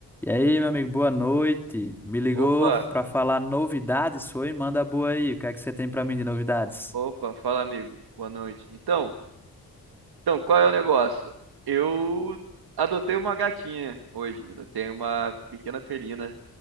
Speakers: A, in the centre; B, on the right.
A: E aí, meu amigo, boa noite. Me ligou
B: Opa,
A: pra falar novidades, foi? Manda boa aí. O que é que você tem pra mim de novidades?
B: opa, fala amigo, boa noite. Então, então, qual é o negócio? Eu adotei uma gatinha hoje, adotei uma pequena felina,